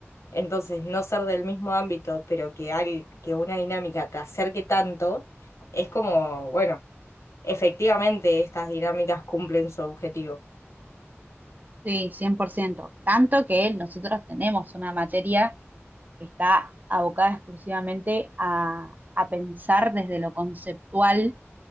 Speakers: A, on the left; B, on the right.
A: Entonces, no ser del mismo ámbito, pero que, al- que una dinámica te acerque tanto, es como, bueno, efectivamente estas dinámicas cumplen su objetivo.
B: sí, cien por ciento Tanto que nosotros tenemos una materia que está abocada exclusivamente a, a pensar desde lo conceptual